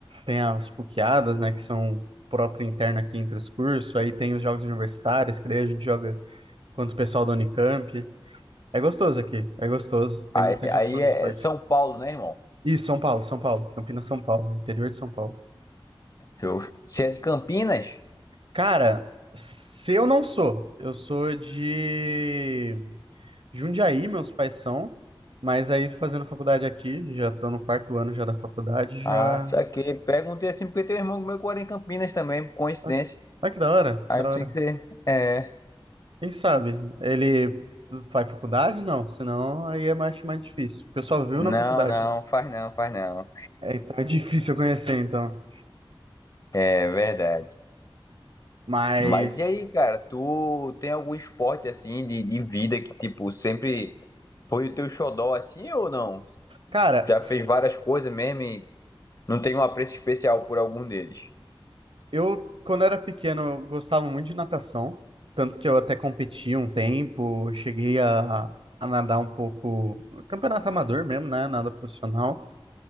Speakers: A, on the right; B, on the left.
A: Tem as PUCadas, né, que são próprio interno aqui entre os cursos, aí tem os jogos universitários, que daí a gente joga quanto o pessoal da Unicamp. É gostoso aqui, é gostoso. Tem
B: Aí,
A: bastante
B: aí
A: opção
B: é
A: de esporte.
B: São Paulo, né, irmão?
A: Isso, São Paulo, São Paulo, Campinas, São Paulo, interior de São Paulo.
B: Show. Se é de Campinas,
A: Cara, se eu não sou, eu sou de Jundiaí, meus pais são, mas aí fazendo faculdade aqui, já tô no quarto ano já da faculdade, já.
B: ah, saquei. Perguntei assim porque tem um irmão meu que mora em Campinas também, por coincidência.
A: Ah, ah, que da hora,
B: Aí
A: que da
B: eu
A: hora.
B: pensei que você. É.
A: Quem sabe? Ele faz faculdade? Não, senão aí é mais, mais difícil, porque eu só vivo
B: Não,
A: na faculdade.
B: não, faz não, faz não.
A: É, então é difícil eu conhecer, então.
B: É verdade.
A: Mas
B: Mas e aí, cara, tu tem algum esporte assim de, de vida que, tipo, sempre foi o teu xodó assim ou não?
A: Cara,
B: Já fez várias coisas mesmo e não tem um apreço especial por algum deles?
A: eu, quando era pequeno, eu gostava muito de natação, tanto que eu até competi um tempo, cheguei a, a nadar um pouco, campeonato amador mesmo, né? Nada profissional,